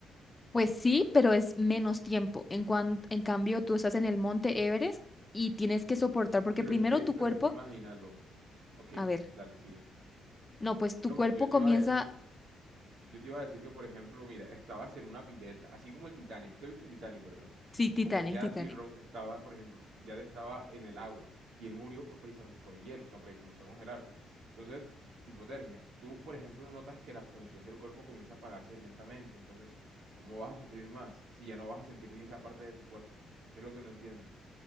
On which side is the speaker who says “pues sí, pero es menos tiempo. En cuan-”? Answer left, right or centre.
Left